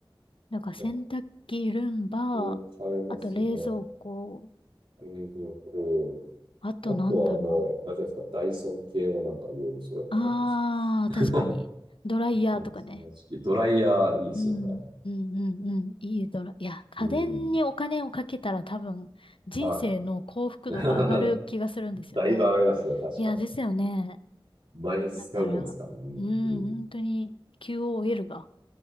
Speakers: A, on the left; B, on the right.
A: だから洗濯機、
B: ああ、いや
A: ルンバ、
B: これ買えますね。
A: あと冷蔵庫、
B: 冷蔵庫。
A: あとなんだろう。
B: あとはもう、あれじゃないですか、ダイソン系をなんかいろいろ揃えたらいいです。
A: あー、
B: <laughs>
A: 確かに。ドライヤーとかね。
B: ね、その時期ドライヤーいいですよね。
A: うん、うん、うん、うん。いいドラ、いや、家電にお金をかけたら多分人生の幸福度が上がる気がするんですよね。
B: うん、うん、はい。<laughs> だいぶ上がりますね、確かに。
A: いや、ですよね。
B: 毎日使うもんですからね。
A: だから、うん、
B: うん、
A: 本当に QOL が